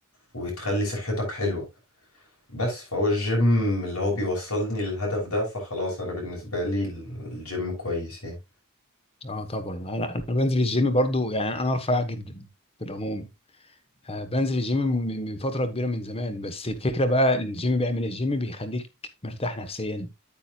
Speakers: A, on the left; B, on the left.
A: وتخلي صحتك حلوه بس فهو الجيم اللي هو بيوصلني للهدف ده فخلاص انا بالنسبه لي ال- الجيم كويس يعني
B: اه طبعا انا انا بنزل الجيم برضو يعني انا رفيع جدا في العموم آه بنزل الجيم من من فتره كبيره من زمان بس الفكره بقى الجيم بيعمل إيه؟ الجيم بيخليك مرتاح نفسيا